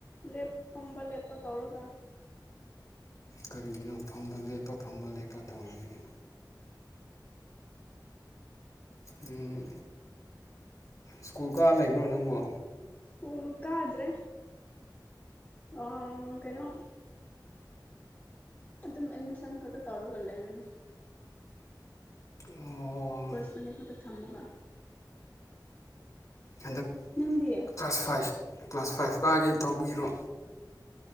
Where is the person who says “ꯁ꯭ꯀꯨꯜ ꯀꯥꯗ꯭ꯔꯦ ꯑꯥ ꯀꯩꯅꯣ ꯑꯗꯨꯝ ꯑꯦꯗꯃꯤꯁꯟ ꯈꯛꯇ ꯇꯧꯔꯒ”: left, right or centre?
Left